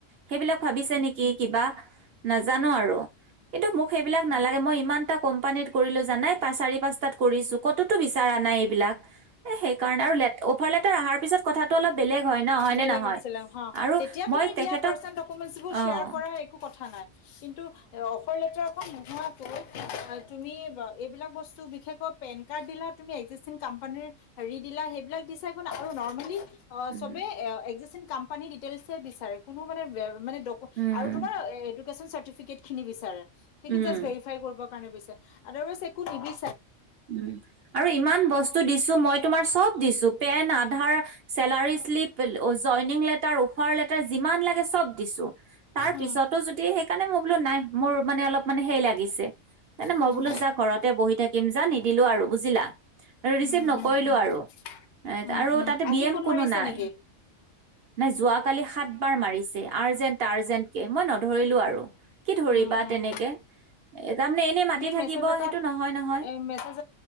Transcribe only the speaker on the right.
সেইবিলাক ভাবিছে নেকি কিবা নেজানো আৰু কিন্তু মোক সেইবিলাক নালাগে মই ইমান এটা কোম্পানীত কৰি লৈ জানাই পা চাৰি পাঁচটাত কৰিছোঁ ক'তটো বিচ চাৰা নাই এইবিলাক এ সেই কাৰণে আৰু লে অফাৰ লেটাৰ আহাৰ পিছত কথাটো অলপ বেলেগ হয় ন হয়নে
নহয়?
আৰু
মই
তেখেতক
অ',
উম।
উম,
উম,
উম আৰু ইমান বস্তু দিছোঁ মই তোমাৰ চব দিছো pen, Aadhaar, salary slip joining letter offer letter যিমান লাগে চব দিছোঁ তাৰ
পিছতো যদি সেইকাৰণে মই বোলো নাই মোৰ মানে অলপ মানে হে লাগিছে সেইকাৰণে মই
বোলো
যা ঘৰতে বহি থাকিম যা নি নিদিলো আৰু বুজিলা, আৰু ৰিচিভ
নকৰিলোঁ
আৰু,
আৰু
তাতে
বি এম
কোনো
নাই।
মানে যোৱা কালি সাতবাৰ মাৰিছে আৰজেণ্ট আৰজেণ্ট তাকে মই নধৰিলোঁ আৰু কি ধৰিবা
তেনেকে তাৰমানে এনে মাতি
থাকিব
সেইটো নহয় নহয়